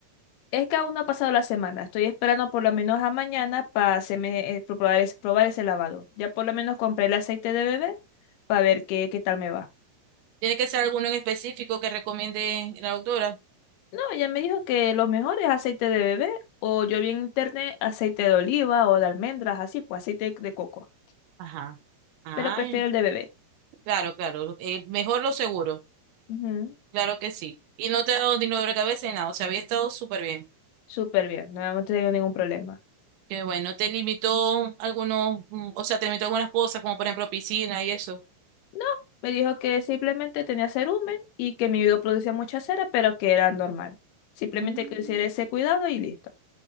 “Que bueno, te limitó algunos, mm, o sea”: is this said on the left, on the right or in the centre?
Right